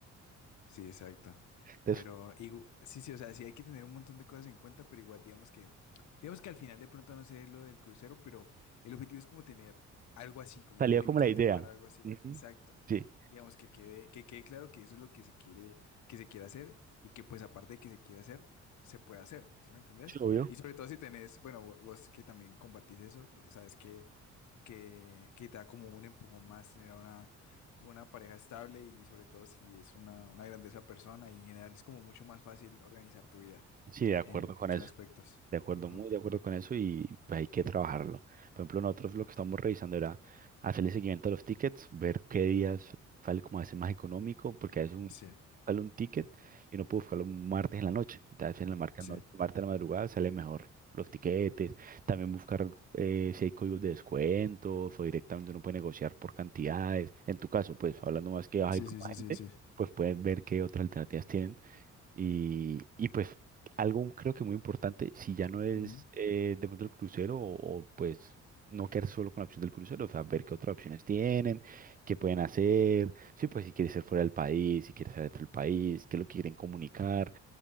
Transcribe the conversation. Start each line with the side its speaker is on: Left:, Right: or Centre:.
Left: Sí, exacto.
Right: Entonces
Left: Pero igu- sí, sí, o sea, sí hay que tener un montón de cosas en cuenta, pero igual digamos que, digamos que al final de pronto no sé lo del crucero, pero el objetivo es como tener algo así, como
Right: salió
Left: planificarte
Right: como la idea.
Left: para algo así,
Right: Ujú.
Left: exacto.
Right: Sí,
Left: Digamos que quede, que quede claro que eso es lo que se quiere, que se quiere hacer y que pues aparte de que se quiere hacer, se puede hacer, ¿sí me entendés?
Right: sí, obvio.
Left: Y sobre todo si tenés, bueno, vo- vos que también compartís eso, t- sabes que que, que te da como un empujón más tener a una, una pareja estable y sobre todo si es una, una grandeza persona y en general es como mucho más fácil organizar tu vida
Right: Sí, de acuerdo
Left: en
Right: con
Left: muchos
Right: eso.
Left: aspectos.
Right: De acuerdo,
Left: Ajá.
Right: muy de acuerdo con eso y pues, hay que trabajarlo. Por ejemplo, nosotros lo que estamos revisando era hacerle seguimiento a los tickets, ver qué días sale como a veces más económico, porque a veces un,
Left: Sí,
Right: sale un ticket y uno puede buscarlo un martes en la noche, y tal vez en la marca
Left: sí.
Right: noche, martes en la madrugada sale mejor los tiquetes, también buscar eh, si hay códigos de descuentos o directamente uno puede negociar por cantidades. En tu caso, pues hablando más que vas
Left: Sí,
Right: a ir con
Left: sí,
Right: más
Left: sí, sí,
Right: gente,
Left: sí.
Right: pues puedes ver qué otras alternativas tienen y, y pues algo creo que muy importante, si ya no es
Left: Ujú.
Right: eh, de pronto el crucero o, o, pues no quedar solo con la opción del crucero, o sea, ver qué otras opciones tienen, qué pueden hacer, sí, pues si quieres ser fuera del país, si quieres ser dentro del país, qué es lo que quieren comunicar,